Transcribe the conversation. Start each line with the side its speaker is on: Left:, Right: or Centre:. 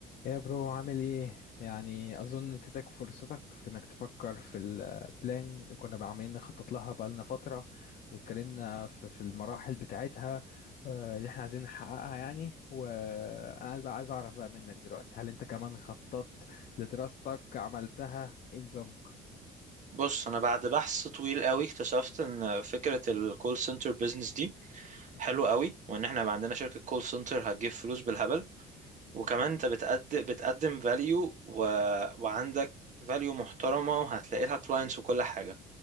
Left: يا برو عامل ايه يعني اظن اديتك فرصتك في انك تفكر في البلان اللي كنا عمالين نخطط لها بقالنا فتره واتكلمنا في في المراحل بتاعتها آه، اللي احنا عايزين نحققها يعني وانا عايز بقى عايز اعرف بقى منك دلوقتي هل انت كمان خططت لدراستك عملتها ايه نظامك
Right: بص انا بعد بحث طويل قوي اكتشفت ان فكره الكول سنتر بيزنس دي
Left: م-
Right: حلوه
Left: م.
Right: قوي وان احنا يبقى عندنا شركه كول سنتر هتجيب فلوس بالهبل وكمان
Left: اوكي
Right: انت بتقدم بتقدم فاليو و... وعندك فاليو محترمه وهتلاقي لها كلاينتس وكل حاجه